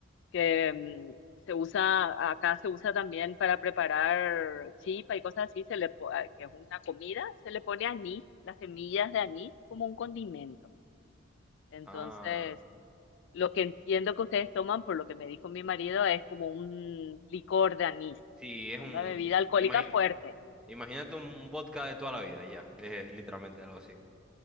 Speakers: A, on the left; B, in the centre.
A: que mm, se usa, acá se usa también para preparar chipa y cosas así, se le, po- a- que es una comida, se le pone anís, las semillas de anís como un condimento. Entonces,
B: Ah,
A: lo que entiendo que ustedes toman, por lo que me dijo mi marido, es como un licor de anís,
B: sí, es
A: es
B: un...
A: una bebida alcohólica
B: imagi-
A: fuerte.
B: imagínate un vodka de toda la vida, ya, es literalmente algo así.